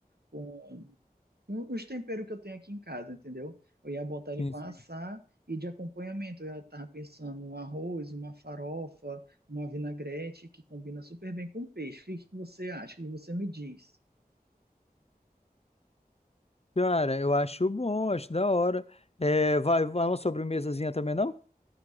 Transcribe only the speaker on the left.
Sim,
sim.
Cara, eu acho bom, acho da hora. É, vai, vai uma sobremesazinha também, não?